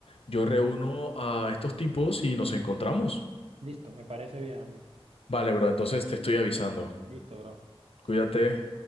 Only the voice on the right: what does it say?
Listo, me parece bien, amigo.
Listo, bro.